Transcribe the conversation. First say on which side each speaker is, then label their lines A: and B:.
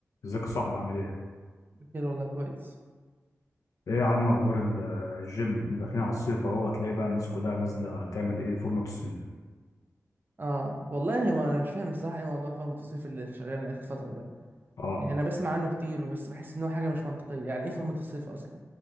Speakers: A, on the left (about 75°); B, on the right (about 35°).
A: ازيك يا صاحبي عامل ايه؟
B: بخير والله كويس
A: ايه يا عم اخبار ال- الجيم؟ احنا داخلين على الصيف اهو هتلاقي بقى الناس كلها نازله تعمل ايه فورمه الصيف.
B: اه والله ما انا مش فاهم الصراحه ايه موضوع فورمه الصيف اللي شغال اخر فتره ده
A: اه
B: يعني انا بسمع عنه كتير بس بحس ان هو حاجه مش منطقيه يعني ايه فورمه الصيف اصلا